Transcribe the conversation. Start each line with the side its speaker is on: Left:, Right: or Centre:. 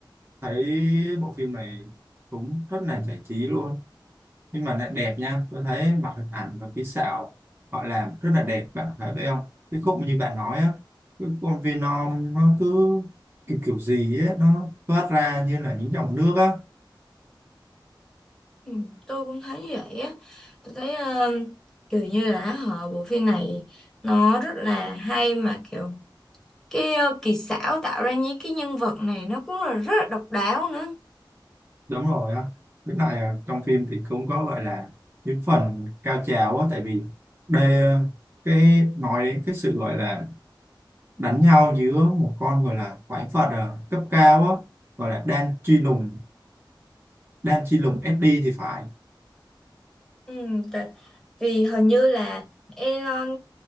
Right: thấy bộ phim này cũng rất là giải trí luôn nhưng mà lại đẹp nha tôi thấy mặt hình ảnh và kỹ xảo họ làm rất là đẹp bạn thấy vậy không cái khúc như bạn nói á cái con Venom nó cứ kiểu kiểu gì á nó thoát ra như là những dòng nước á
Centre: ừ, tôi cũng thấy như vậy á tôi thấy ờ, kiểu như là họ bộ phim này nó rất là hay mà kiểu cái ờ, kỳ xảo tạo ra những cái nhân vật này nó cũng là rất là độc đáo nữa
Right: đúng rồi á cái này à, trong phim thì cũng có gọi là những phần cao trào á tại vì đây à, cái nói đến cái sự gọi là đánh nhau giữa một con gọi là quái vật à, cấp cao á gọi là Dan Chi Lùng Dan Chi Lùng SD thì phải
Centre: Ừ, tại vì hình như là Elon